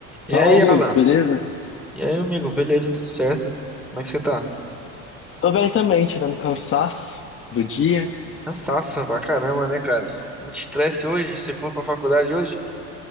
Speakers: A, in the centre; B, on the left (about 35°).
A: E
B: Fala,
A: aí,
B: Augusto,
A: Alan?
B: beleza?
A: E aí, amigo? Beleza, tudo certo? Como é que você tá?
B: Tô bem também, tirando cansaço do dia.
A: Cansaço pra caramba, né, cara? Muito estresse hoje? Você foi pra faculdade hoje?